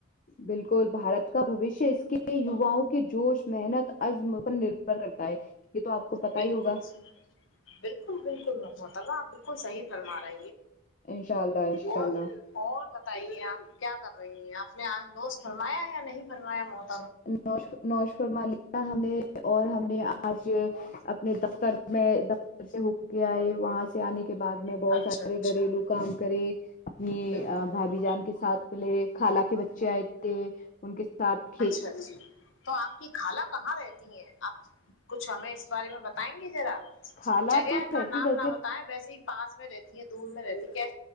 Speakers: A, on the left; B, on the left.
A: بالکل بھارت کا بوشیہ اس کے یواؤں کے جوش میں محنت آج نربر کرتا ہے یہ تو آپ کو پتا
B: بالکل
A: ہی ہوگا
B: بالکل بالکل محطاللہ بالکل صحیح رارا
A: انشاء اللہ انشاء
B: اور
A: اللہ
B: اور بتائی کیا کر رہی ہیں آپ نے آام دووست فرمایا یا نہیں فرمایا موت
A: نو نوش فر مالیہ ہم نے اور ہم نے آج اپنے د میں دفتر سے ہو کے آئے وہاں سے آنے کے بعد میں بہت
B: اچھا
A: سارے
B: اچھا
A: گھریلو کام کرے اپنی
B: بالکل
A: بھابھی
B: بالکل
A: جان کے ساتھ ملے خالہ کے بچے آئے تھے ان کے ساتھ
B: ا اچ تو آپ کی خالہ کہاں رہتی ہیں آپ کچھ ہمیں اس بارے میں بتائیں گے ذرا
A: خالہ
B: جگہ
A: تو
B: کا
A: رہتی
B: نام
A: گھر
B: نہ
A: کے
B: بتائے ویسے ہی پاس میں رہتی ہیں دور میں رہتی کہ